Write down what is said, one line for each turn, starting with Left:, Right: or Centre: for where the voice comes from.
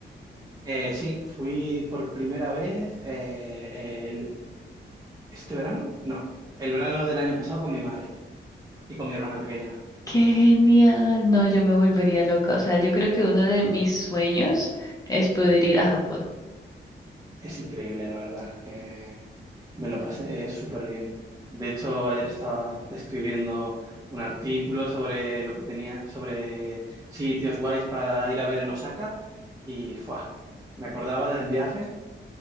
Right: Eh, sí, fui por primera vez eh, el- este verano, no, el verano del año pasado con mi madre y con mi hermana pequeña.
Left: Qué genial. No, yo me volvería loca. O sea, yo creo que uno de mis sueños es poder ir a Japón.
Right: es increíble, la verdad. Eh, me lo pasé súper bien. De hecho, ayer estaba escribiendo un artículo sobre lo que tenía, sobre sitios guays para ir a ver en Osaka y ¡fua! me acordaba del viaje